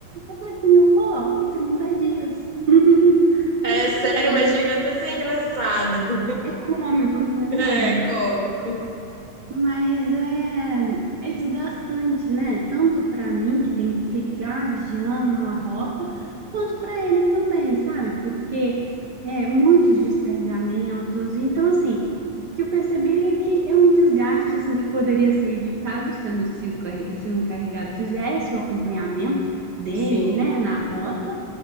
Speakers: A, on the right (about 80°); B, on the left (about 45°).
A: Eu falei assim: Eu coloco 30 dias, <laughs>
B: É
A: não
B: sério,
A: é o problema.
B: mas chega até a ser engraçado. <laughs>
A: É cômico, né? Não,
B: É cômico.
A: mas é, é desgastante, né? Tanto para mim, que tenho que ficar vigiando uma rota, quanto para ele também, sabe? Porque é muitos descarregamentos. Então, assim, o que eu percebi é que é um desgaste assim que poderia ser evitado sendo se o carre- se o encarregado fizesse o acompanhamento dele,
B: Sim,
A: né, na rota.